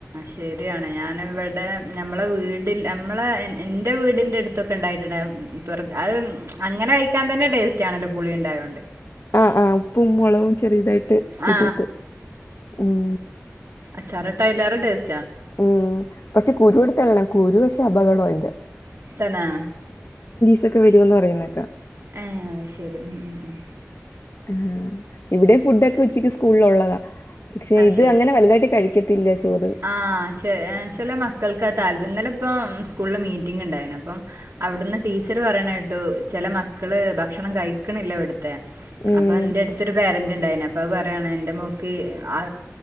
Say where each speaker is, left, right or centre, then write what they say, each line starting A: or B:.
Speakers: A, on the right; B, on the left.
A: ശരിയാണ് ഞാന് ഇവിടെ നമ്മളെ വീട് നമ്മളെ എന്റെ വീടിന്റെ അടുത്തൊക്കെ ഉണ്ടായിട്ടുണ്ട് അത് അങ്ങ കഴിക്കൻ തന്നെ ടേസ്റ്റ് ആണല്ലോ പുളി ഉണ്ടായതോണ്ട്
B: ആ ആ ഉപ്പും മുളവും ചെറിയതായിട്ട് കൂട്ടിയിട്ട്
A: ആ
B: ഉം
A: അച്ചാറിട്ടാൽ അയിലാറെ ടേസ്റ്റ
B: ഉം പക്ഷെ കുരുടുത്തളയണം കുരു ക്ഷെ അപകടം അതിന്റെ
A: തന്നെ
B: ഇതൊക്കെ വരോന്ന് പറയുന്നേക്ക
A: എ ശരി ഉ ഉ ഉ
B: ആ ഹാം ഇവിടെ ഫുഡൊക്കെ ഉച്ചക്ക് സ്കൂളിൽ ഉള്ളതാ പക്ഷെ
A: അത്
B: ഇത്
A: ശരി
B: അങ്ങനെ വലുതായിട്ട് കഴിക്കത്തില്ല. ചോറ്
A: ആ ചെ ചില മക്കൾക്ക് <unintelligible> ഇന്നലെ ഇപ്പം സ്കൂളില് മീറ്റിംഗ് ഉണ്ടായിനു. അപ്പം അവിടുന്ന് ടീച്ചർ പറയാണേട്ടു ചില മക്ക മക്കള് ഭക്ഷണം കഴിക്കണില്ല. ഇവിടുന്ന അതെ
B: ഉം
A: അപ്പൊ ന്റെ അടുത്തരു പേരന്റ് ഉണ്ടായിനു. അപ്പൊ അത് പറയാണ്. എന്റെ മോൾക്ക്. അ